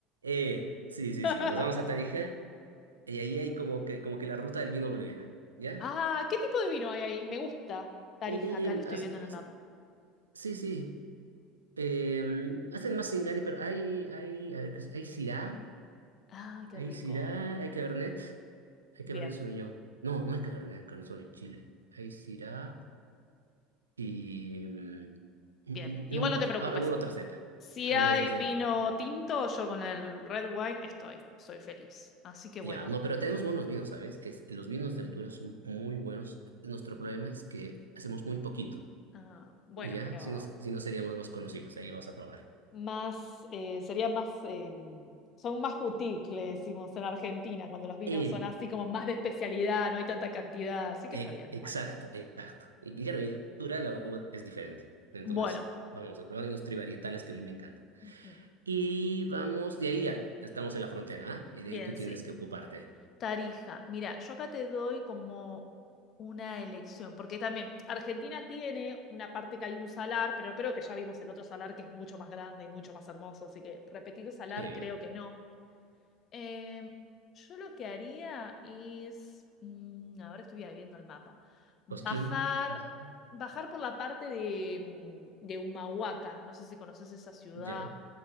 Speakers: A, on the right; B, on the left.
A: Eh, sí, sí,
B: <laughs>
A: sí. Nos vamos a Tarija y ahí hay como que, como que la ruta del vino boliviana, ¿ya?
B: Ah, ¿qué tipo de vino hay ahí? Me gusta. Tarija,
A: Eh,
B: acá lo estoy
A: hace-
B: viendo en el
A: hace-
B: mapa.
A: sí, sí. Eh, hacen más Singani, pero hay, hay, a ver, ¿qué es? hay Syrah,
B: Ah, qué
A: hay
B: rico.
A: Syrah, hay Cabernet, hay Cabernet
B: Bien,
A: Sauvignon. No, no hay Cabernet, Cabernet Sauvignon en Chile. Hay Syrah y... em, mm, mm,
B: bien. Igual
A: no me acuerdo.
B: no te preocupes.
A: Ah, Alguna otra cepa.
B: Si
A: Alguna
B: hay
A: otra cepa.
B: vino tinto, yo con el red wine estoy, estoy feliz. Así que bueno,
A: Ya, no, pero tenemos buenos vinos, ¿sabes? Es, los vinos de altura son muy buenos. Nuestro problema es que hacemos muy poquito.
B: ah, bueno,
A: Y ya,
B: pero
A: si no, si no seríamos más conocidos, ahí lo vas a probar.
B: más, eh, sería más, em, son más boutique, le decimos en Argentina, cuando los vinos
A: Eh,
B: son así como más de especialidad, no hay tanta cantidad, así que
A: e-
B: está bien,
A: exacto,
B: bueno.
A: exacto. Y claro, en altura la uva es diferente. Entonces,
B: Bueno,
A: vamos a probar hay unos trivarietales que a mí me encantan.
B: ujú,
A: Y vamos, de ahí ya, estamos en la frontera, ¿ah? Y de
B: bien,
A: ahí tú tienes
B: sí.
A: que ocuparte.
B: Tarija. Mira, yo acá te doy como una elección, porque también Argentina tiene una parte que hay un salar, pero creo que ya vimos el otro salar que es mucho más grande y mucho más hermoso, así que repetir salar
A: Sí,
B: creo que no. Eh, yo lo que haría es, mm, ahora estoy viendo el mapa, bajar,
A: Cosquín, no sé,
B: bajar por la parte de, mm, de Humahuaca, no sé si conoces esa ciudad.
A: ya,